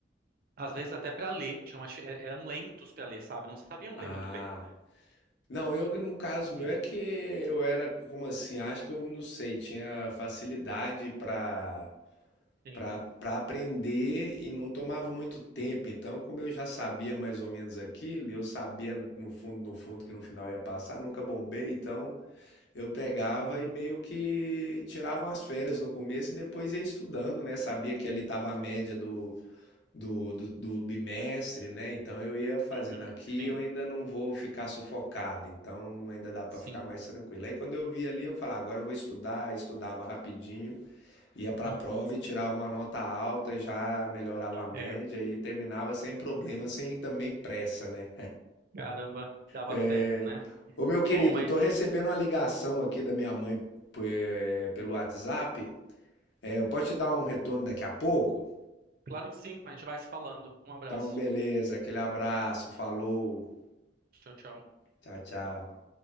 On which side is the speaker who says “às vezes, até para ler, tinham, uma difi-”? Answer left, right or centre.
Right